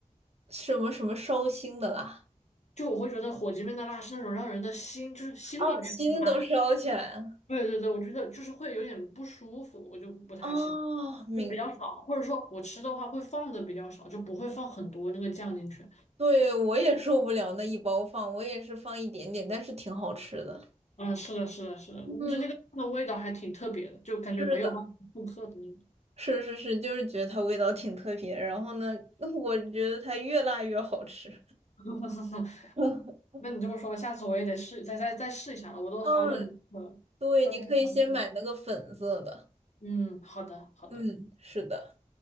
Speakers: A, on the right; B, on the left.
A: 什么什么烧心的啦？
B: 就我会觉得火鸡面的辣是那种让人的心，就是心里面很辣。
A: 啊，心都烧起来了。
B: 对对对，我觉得就是会有点不舒服，我就不太喜欢，
A: 哦，明，
B: 就比较少，或者说我吃的话会放的比较少，就不会放很多那个酱进去。
A: 对，我也受不了那一包放，我也是放一点点，但是挺好吃的。
B: 嗯，是的，是的，是的，
A: 嗯，
B: 嗯就那个酱的味道还挺特别的，就感觉没有办法复刻的那种。
A: 是的，是是是，就是觉得它味道挺特别。然后呢，<laughs> 我觉得它越辣越好吃。
B: <laughs>
A: <laughs>
B: 那你这么说，下次我也得试，再再再试一下了。我都好久没喝了，
A: 嗯，对，
B: 到都该尝试。
A: 你可以先买那个粉色的。
B: 嗯，好的，好的，
A: 嗯，是的，